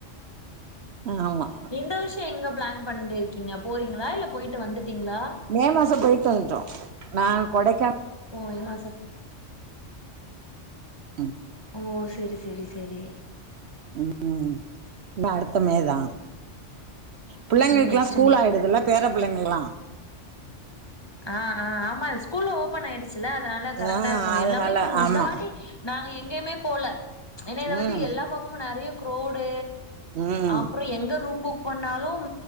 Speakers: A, on the right; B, on the left.
A: ஆமா
B: இந்த வருஷோ எங்க ப்ளான் பண்ணிருக்கீங்க போறீங்களா இல்ல போய்ட்டு வந்துட்டீங்ளா
A: மே மாசோ போய்ட்டு வந்ட்டோ நா கொடைக்கான்
B: ஓ மே மாசோ
A: ஆ
B: ஓ செரி செரி செரி
A: ம் இன்னு அடுத்த மேதா புள்ளைங்களுக்குல்லா
B: இனி நெக்ஸ்ட்
A: ஸ்கூல்
B: மே
A: ஆய்டுதுல பேர புள்ளைங்களா
B: ஆ ஆ ஆமா ஸ்கூல்லு ஓப்பன் ஆய்டுச்சுல்ல அதனால கரெக்டா
A: ஆ
B: இருக்கு
A: அதனால
B: எல்லாமே இப்ப
A: ஆமா
B: இந்த வாட்டி நாங்க எங்கயுமே போல எனா இந்த
A: ம்
B: வாட்டி எல்லா பக்கமு நறைய க்ரோடு
A: ம்
B: அப்பறோ எங்க ரூம் புக் பண்ணாலும்